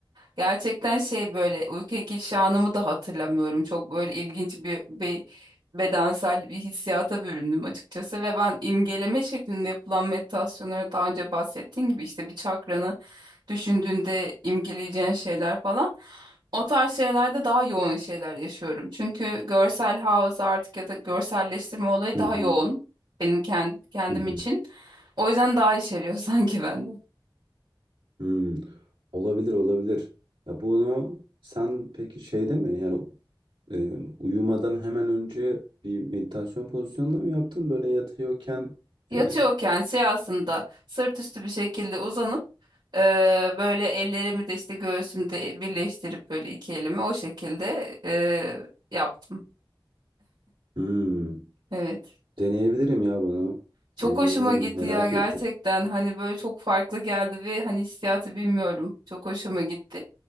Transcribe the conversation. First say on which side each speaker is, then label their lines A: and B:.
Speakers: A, on the right; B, on the right.
A: Gerçekten şey böyle uykuya giriş anımı da hatırlamıyorum. Çok böyle ilginç bir, bir bedensel bir hissiyata büründüm açıkçası ve ben imgeleme şeklinde yapılan meditasyonlara daha önce bahsettiğim gibi işte bir çakranı düşündüğünde imgeleyeceğin şeyler falan. O tarz şeylerde daha yoğun şeyler yaşıyorum. Çünkü görsel hafıza artık ya da görselleştirme olayı
B: Hı
A: daha
B: hı.
A: yoğun benim kend- kendim
B: Hı hı.
A: için. O yüzden daha işeriyor <laughs> sanki bende.
B: Hmm. Olabilir olabilir. Ya bunu sen peki şeyde mi yani e, uyumadan hemen önce bir meditasyon pozisyonunda mı yaptın? Böyle yatıyorken
A: Yatıyorken
B: e, e,
A: siyahsında sırt üstü bir şekilde uzanıp eee, böyle ellerimi de işte göğsümde birleştirip böyle iki elimi o şekilde eee, yaptım.
B: hmm.
A: Evet.
B: Deneyebilirim ya bunu.
A: Çok
B: Deneyebilirim.
A: hoşuma gitti
B: Merak
A: ya gerçekten.
B: ettim.
A: Hani böyle çok farklı geldi ve hani hissiyatı bilmiyorum. Çok hoşuma gitti.